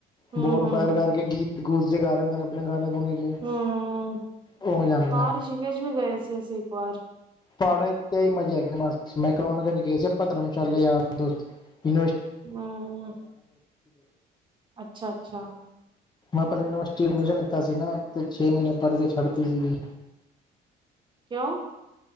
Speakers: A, on the right; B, on the left.
A: ਹੂੰ-ਹੂੰ,
B: ਬੋਨ ਫਾਇਰ ਕਰਕੇ ਗੀਤ ਗੂਤ ਜਗਾ ਰਹੇ ਹੁੰਦੇ ਨੇ ਆਪਣੇ ਗਾਣੇ ਗੁਣੇ।
A: ਹੂੰ ਹੂੰ,
B: ਹੋ ਜਾਂਦਾ
A: ਹਾਂ
B: ਏ।
A: ਰਿਸ਼ੀਕੇਸ਼ ਵੀ ਗਏ ਸੀ ਅਸੀਂ ਏਕ ਬਾਰ।
B: ਪਾੜਚ ਏਹੀ ਮਜ਼ਾ ਹੈਗਾ ਬਸ ਮੈਕਡੋਰਗੰਜ ਗਏ ਸੀ ਆਪਾਂ ਧਰਮਸ਼ਾਲਾ ਯਾਰ ਦੋਸਤ <unintelligible> <inaudible>
A: ਹੂੰ ਅੱਛਾ-ਅੱਛਾ
B: ਮੈਂ ਪੈਲਾਂ ਯੂਨੀਵਰਸਿਟੀ ਐਡਮਿਸ਼ਨ ਲਿੱਤਾ ਸੀ ਨਾ ਤੇ ਛੇ ਮਹੀਨੇ ਪੜ੍ਹ ਕੇ ਛੱਡਤੀ ਸੀਗੀ।
A: ਕਿਉਂ?